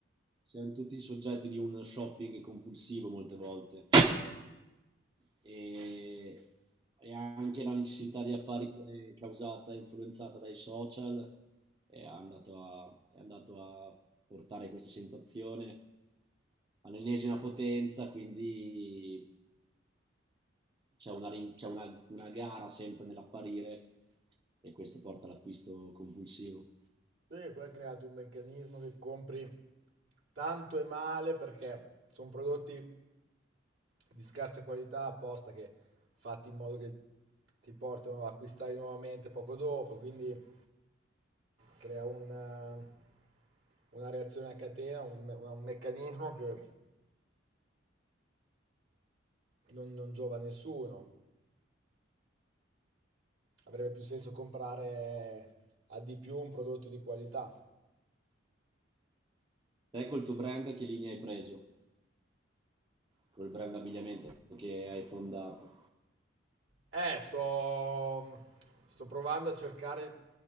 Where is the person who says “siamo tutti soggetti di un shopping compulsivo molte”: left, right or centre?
Right